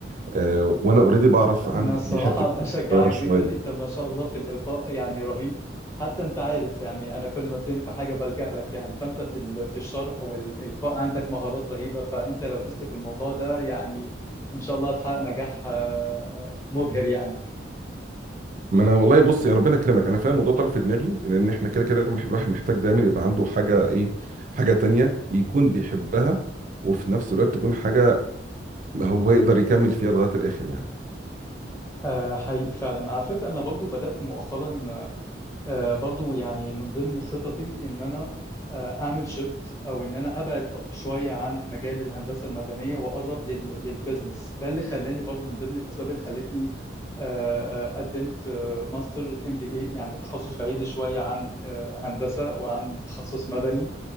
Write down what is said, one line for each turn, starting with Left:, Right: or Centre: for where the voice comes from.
Right: آه، وانا اوريدي بعرف
Left: انا
Right: عندي
Left: الصراحه
Right: حته
Left: <laughs> بشجعك
Right: اداره شويه
Left: جدا انت ما شاء الله في الالقاء يعني رهيب حتى انت عارف يعني انا كل ما بتزنق في حاجه بلجأ لك يعني فانت في ال- في الشرح والالقاء عندك مهارات رهيبه فانت لو دوست في الموضوع ده يعني ان شاء الله هتحقق نجاح آه، مبهر يعني
Right: ما انا والله بص يا ربنا يكرمك انا فاهم الموضوع طرف في دماغي لان احنا كده كده مح- الواحد محتاج دايما يبقى عنده حاجه ايه حاجه تانية يكون بيحبها وفي نفس الوقت تكون حاجه هو يقدر يكمل فيها لغايه الاخر يعني
Left: آه، حقيقي فعلا على فكره انا برضو بدأت مؤخرا آه، برضو يعني من ضمن خططي ان انا آه، اعمل شيفت او ان انا ابعد شويه عن مجال الهندسه المدنيه واقرب لل- للبيزنس ده اللي خلاني برضو من ضمن الاسباب اللي خلتني آه، آه، قدمت آه، ماستر ام بي اي يعني تخصص بعيد شويه عن آه، هندسه وعن تخصص مدني